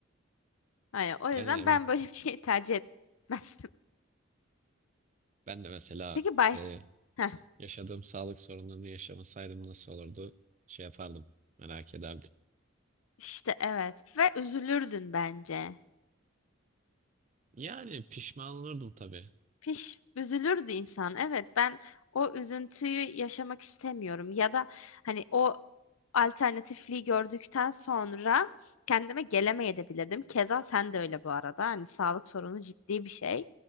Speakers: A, on the left; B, on the right.
A: Hani o
B: Yani
A: yüzden
B: evet
A: ben böyle bir şeyi tercih etmezdim.
B: ben de mesela
A: Peki bay.
B: e,
A: Heh,
B: yaşadığım sağlık sorunlarını yaşamasaydım nasıl olurdu şey yapardım merak ederdim.
A: işte evet. Ve üzülürdün bence.
B: Yani pişman olurdum tabii.
A: Piş üzülürdü insan. Evet ben o üzüntüyü yaşamak istemiyorum ya da hani o alternatifliği gördükten sonra kendime gelemeyebilirdim. Keza sen de öyle bu arada. Hani sağlık sorunu ciddi bir şey.